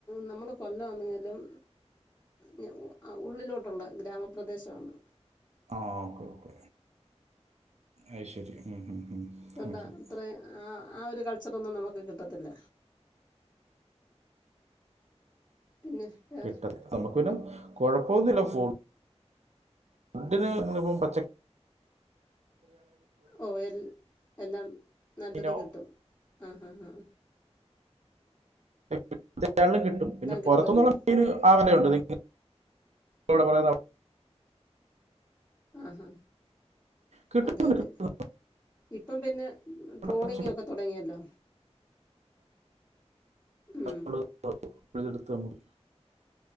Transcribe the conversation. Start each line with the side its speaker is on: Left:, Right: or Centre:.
Left: നമ്മള് കൊല്ലം ആന്നേലും ഞ അ ഉള്ളിലോട്ടുള്ള ഗ്രാമപ്രദേശാണ്
Right: ആ ഓക്കെ ഓക്കെ അഅ് ശെരി ഉം ഉം ഉം
Left: അതുകൊണ്ട്
Right: അഅ് ശെരി
Left: അത്ര ആ ആ ഒരു കൾച്ചറൊന്നും നമക്ക് കിട്ടത്തില്ല പിന്നെ വേറെ
Right: കിട്ടത് നമക്ക് പിന്നെ കോഴ പോന്നുല്ല ഫു ഡിന് നിങ്ങള്പ്പം പച്ച
Left: ഓ എൽ എല്ലാം നല്ലത്
Right: മീനോ
Left: കിട്ടും ആ ഹഹ ഹ
Right: <unintelligible> കിട്ടും പിന്നെ പൊറത്തുന്നുള്ള
Left: കിട്ടുമല്ലോ
Right: മീൻ ആവനുണ്ടോ നിങ്ങക്ക് <unintelligible>
Left: ആഹ
Right: കിട്ടുന്നുണ്ട്
Left: അതെ യതെ
Right: കിട്ടുന്നുണ്ട്
Left: ഇപ്പം പിന്നെ ട്രോളിംഗൊക്കെ
Right: കുറച്ചൊക്കെ
Left: തൊടങ്ങിയല്ലോ ഉം
Right: <unintelligible> പിഴ്തെടുത്താമതി